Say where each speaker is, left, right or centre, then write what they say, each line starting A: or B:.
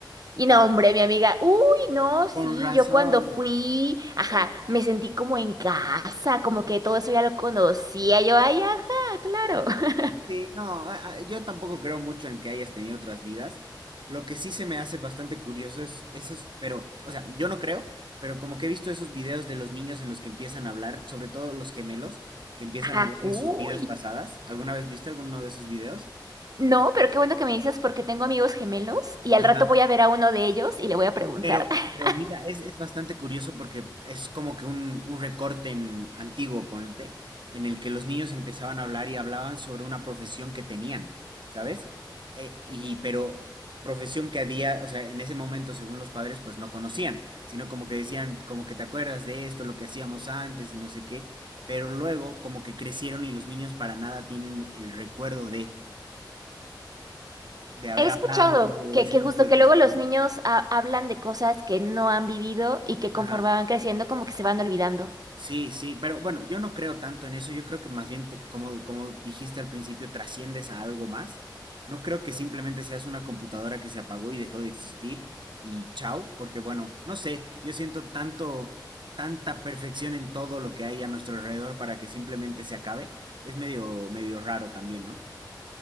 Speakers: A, on the right; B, on the right.
A: Y no,
B: Ah,
A: hombre, mi amiga, uy, no, sí,
B: con razón.
A: yo cuando fui, ajá,
B: Claro.
A: me sentí como en casa, como que todo eso ya lo conocía, yo, ay, ajá, claro, <laughs>
B: Sí, no, a- a- yo tampoco creo mucho en que hayas tenido otras vidas. Lo que sí se me hace bastante curioso es esos, pero, o sea, yo no creo, pero como que he visto esos videos de los niños en los que empiezan a hablar, sobre todo los gemelos, que empiezan
A: ajá,
B: a hablar
A: uy.
B: de sus vidas pasadas. ¿Alguna vez viste alguno de esos videos?
A: No, pero qué bueno que me dices porque tengo amigos gemelos y al
B: Ajá.
A: rato voy a ver a uno de ellos y le voy a preguntar.
B: Pero,
A: <laughs>
B: pero mira, es, es bastante curioso porque es como que un, un recorte en, antiguo, ponte, en el que los niños empezaban a hablar y hablaban sobre una profesión que tenían, ¿sabes? Eh, y pero profesión que a día, o sea, en ese momento, según los padres, pues no conocían, sino como que decían, como que te acuerdas de esto, lo que hacíamos antes y no sé qué, pero luego como que crecieron y los niños para nada tienen el recuerdo de, de haber
A: He escuchado
B: hablado o
A: que,
B: ese
A: que
B: tipo
A: justo
B: de
A: que
B: cosas,
A: luego los
B: ¿sabes?
A: niños ha- hablan de cosas que no han vivido y que conforme
B: Ajá.
A: van creciendo como que se van olvidando.
B: Sí, sí, pero bueno, yo no creo tanto en eso, yo creo que más bien, te- como, como dijiste al principio, trasciendes a algo más. No creo que simplemente seas una computadora que se apagó y dejó de existir y chao, porque bueno, no sé, yo siento tanto, tanta perfección en todo lo que hay a nuestro alrededor para que simplemente se acabe. Es medio, medio raro también, ¿no?